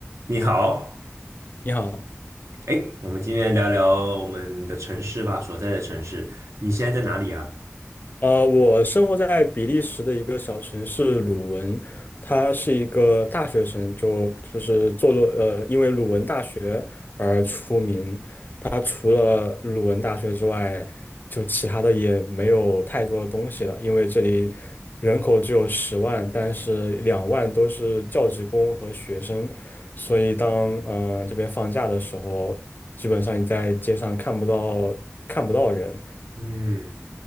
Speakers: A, on the right (about 85°); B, on the left (about 45°).
A: 你好，
B: 你好，
A: 哎，我们今天聊聊我们的城市吧，所在的城市。你现在在哪里啊？
B: 呃，我生活在比利时的一个小城市鲁汶，它是一个大学城，就就是坐落呃，因为鲁汶大学而出名。它除了鲁文大学之外，就其他的也没有太多的东西了，因为这里人口只有十万，但是两万都是教职工和学生，所以当呃这边放假的时候，基本上你在街上看不到看不到人。
A: 嗯